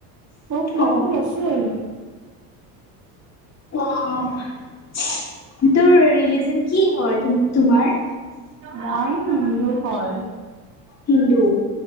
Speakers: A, on the right; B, on the left.
A: বহুত কিবা
B: অ
A: কিবি আছে আৰু।
B: <inaudible> তোৰ ৰিলিজন কি হয় তোমাৰ?
A: মই হিন্দু হয়।
B: হিন্দু।